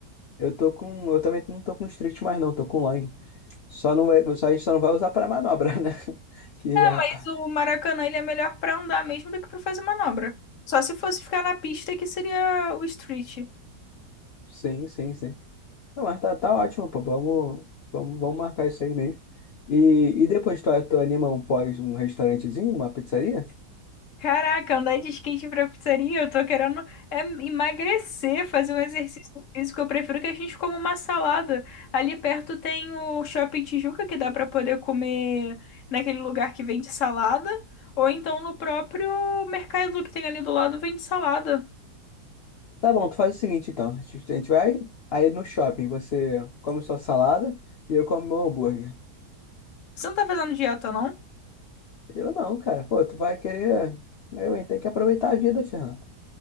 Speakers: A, on the left; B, on the left.
A: Eu tô com. Eu também não tô com street mais, não, tô com long. Só não vai, só, a gente só não vai usar pra manobra, né? <laughs> Que, rapaz.
B: mais o Maracanã, ele é melhor pra andar mesmo do que pra fazer manobra. Só se fosse ficar na pista que seria o street.
A: Sim, sim, sim. Não, mas tá, tá ótimo, pô. Vamos, vamos, vamos marcar isso aí mesmo. E, e depois tu, tu anima um pós, um restaurantezinho, uma pizzaria?
B: Caraca, andar de skate pra pizzaria, eu tô querendo é, emagrecer, fazer um exercício físico. Eu prefiro que a gente coma uma salada. Ali perto tem o Shopping Tijuca, que dá pra poder comer naquele lugar que vende salada, ou então no próprio mercado que tem ali do lado vende salada.
A: Tá bom, tu faz o seguinte então. A gente a gente vai aí no shopping, você come sua salada e eu como meu hambúrguer.
B: Você não tá fazendo dieta, não?
A: Eu não, cara. Pô, tu vai querer. Eu, hein? Tem que aproveitar a vida, Fernando.